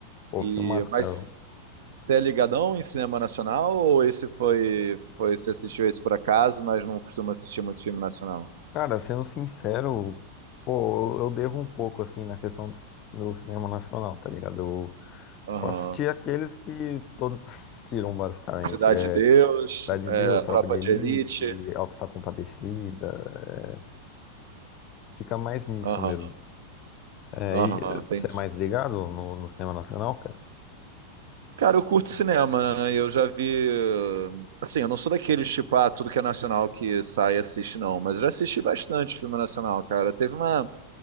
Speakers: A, on the left; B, on the right.
A: o
B: E,
A: filmaço,
B: mas
A: cara.
B: Você é ligadão em cinema nacional ou esse foi, foi você assistiu esse por acaso, mas não costuma assistir muito filme nacional?
A: Cara, sendo sincero, pô, eu, eu devo um pouco, assim, na questão do, do cinema nacional, tá ligado? Eu,
B: Aham.
A: eu assisti aqueles que todos <laughs> assistiram, basicamente.
B: Cidade
A: é
B: de Deus,
A: Cidade de
B: é,
A: Deus, Tropa
B: Tropa
A: de Elite,
B: de Elite.
A: Alto está Compadecida. é, Fica mais nisso
B: Aham,
A: mesmo. É,
B: aham,
A: e eh,
B: entendi.
A: você é mais ligado no, no cinema nacional, cara?
B: Cara, eu curto cinema, né? Eu já vi. Assim, eu não sou daqueles tipo, ah, tudo que é nacional que sai e assiste, não. Mas eu já assisti bastante filme nacional, cara. Teve uma,